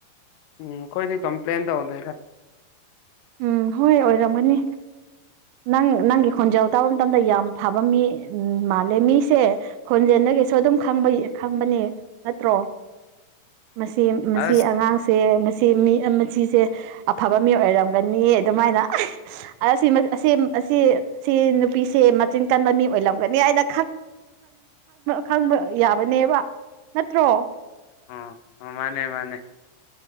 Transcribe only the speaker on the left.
ꯎꯝ ꯈꯣꯢꯗꯤ ꯀꯝꯄ꯭ꯂꯦꯟ ꯇꯧꯗꯦꯗ
ꯑꯁ
ꯑꯣ ꯃꯥꯅꯦ ꯃꯥꯅꯦ